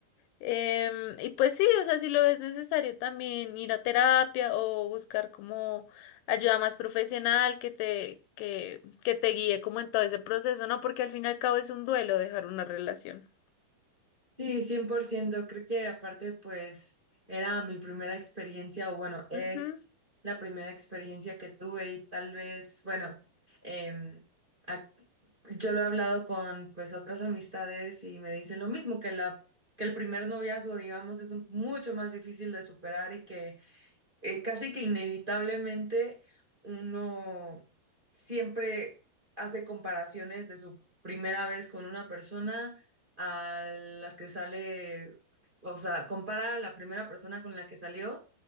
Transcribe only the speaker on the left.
Em, y pues sí, o sea, si lo ves necesario también ir a terapia o buscar como ayuda más profesional que te, que, que te guíe como en todo ese proceso, ¿no? Porque al fin y al cabo es un duelo dejar una relación.
Ujú,